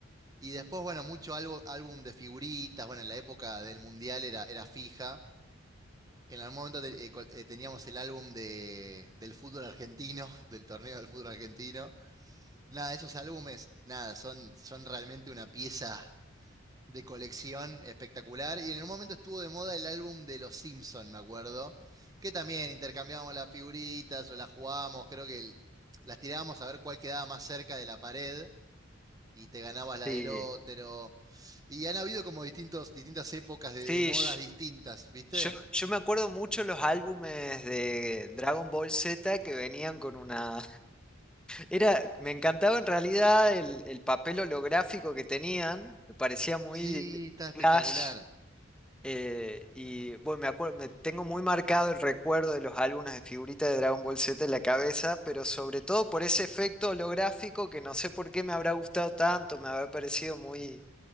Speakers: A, on the right (about 20°); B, in the centre.
A: Y después, bueno, mucho algo, álbum de figuritas, bueno, en la época del Mundial era, era fija. En algún momento te- eh, col- eh, teníamos el álbum de, del fútbol argentino, <laughs> del torneo del fútbol argentino. Nada, esos álbumes, nada, son, son realmente una pieza de colección espectacular. Y en un momento estuvo de moda el álbum de Los Simpson, me acuerdo, que también intercambiábamos las figuritas o las jugábamos, creo que el- las tirábamos a ver cuál quedaba más cerca de la pared y te ganabas la
B: Sí,
A: del otro. Y han habido como distintos, distintas épocas de,
B: sí,
A: de modas
B: sh-
A: distintas, ¿viste?
B: yo, yo me acuerdo mucho los álbumes de Dragon Ball Z que venían con una, Era, me encantaba en realidad el, el papel holográfico que tenían, me parecía muy
A: Sí, está espectacular.
B: flash. eh, y bueno, me acuerdo, me tengo muy marcado el recuerdo de los álbumes de figuritas de Dragon Ball Z en la cabeza, pero sobre todo por ese efecto holográfico que no sé por qué me habrá gustado tanto, me habrá parecido muy,